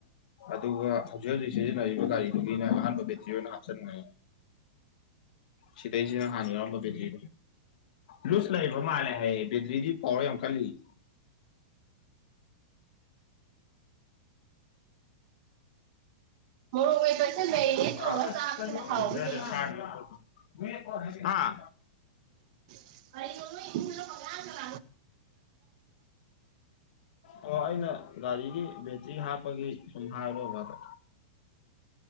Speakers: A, on the left; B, on the right.
A: ꯑꯗꯨꯒ ꯍꯧꯖꯤꯛ ꯍꯧꯖꯤꯛ ꯁꯤꯖꯤꯟꯅꯔꯤꯕ ꯒꯥꯔꯤꯗꯨꯒꯤꯅ ꯑꯍꯥꯟꯕ ꯕꯦꯇ꯭ꯔꯤ ꯑꯣꯏꯅ ꯍꯥꯞꯆꯟꯕꯦ ꯁꯤꯗꯩꯁꯤꯅ ꯍꯥꯟꯅ ꯌꯥꯎꯔꯝꯕ ꯕꯦꯇ꯭ꯔꯤ ꯂꯨꯁ ꯂꯩꯕ ꯃꯥꯜꯂꯦ ꯍꯥꯏꯌꯦ ꯕꯦꯇ꯭ꯔꯤꯗꯤ ꯄꯣꯏꯔ ꯌꯥꯝ ꯀꯜꯂꯤꯌꯦ
B: ꯃꯣꯔꯣꯛ ꯃꯦꯠꯄꯁꯦ ꯃꯦꯔꯤꯅꯦꯠ ꯇꯧꯔꯒ
A: ꯑꯗꯗ
B: ꯆꯥꯕꯁꯤꯅ ꯍꯥꯎꯕ ꯍꯦꯜꯂꯤ
A: <unintelligible> ꯍꯥꯥ
B: ꯑ ꯀ <unintelligible>
A: ꯑꯣ ꯑꯩꯅ ꯒꯥꯔꯤꯒꯤ ꯕꯦꯇ꯭ꯔꯤ ꯍꯥꯞꯄꯒꯤ ꯁꯨꯝ ꯍꯥꯏꯕ ꯕꯥꯕꯗꯥ